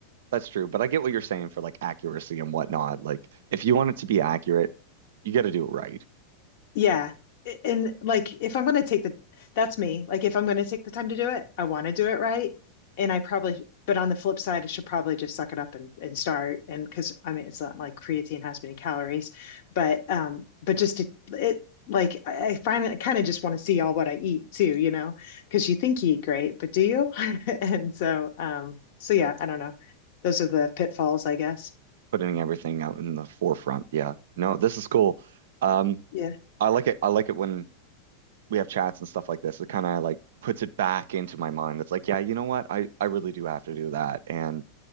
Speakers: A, on the right; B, on the left.
A: That's true. But I get what you're saying for like accuracy and whatnot. Like, if you want it to be accurate, you got to do it right,
B: Yeah. I- And like if I'm going to take the that's me. Like if I'm going to take the time to do it, I want to do it right. And I probably but on the flip side, I should probably just suck it up and and start and because I mean it's not like creatine has many calories, but um but just to it like I I find I kind of just want to see all what I eat too, you know, because you think you eat great, but do you? <laughs> And so um so yeah, I don't know. Those are the pitfalls, I guess.
A: putting everything out in the forefront. Yeah. No, this is cool. Um,
B: Yeah.
A: I like it. I like it when we have chats and stuff like this. It kind of like puts it back into my mind. It's like, yeah, you know what? I, I really do have to do that. And